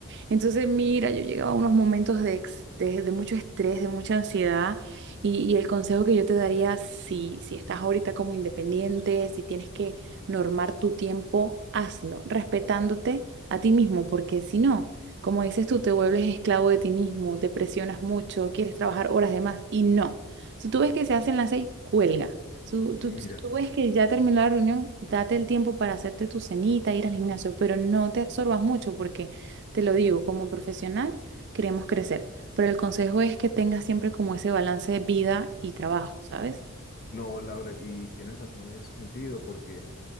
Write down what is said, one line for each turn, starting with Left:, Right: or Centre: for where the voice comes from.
Right: Entonces, mira, yo llegaba a unos momentos de, ex- de, de mucho estrés, de mucha ansiedad, y, y el consejo que yo te daría, si, si estás ahorita como independiente, si tienes que normar tu tiempo, hazlo, respetándote a ti mismo, porque si no, como dices tú, te vuelves esclavo de ti mismo, te presionas mucho, quieres trabajar horas de más, y no. Si tú ves que se hacen las seis, cuelga. Si tú, tú-
Left: Mira,
Right: si tú ves que ya terminó la reunión, date el tiempo para hacerte tu cenita, ir al gimnasio, pero no te absorbas mucho porque te lo digo, como profesional queremos crecer, pero el consejo es que tengas siempre como ese balance de vida y trabajo, ¿sabes?
Left: no, Laura, y tienes razón en ese sentido, porque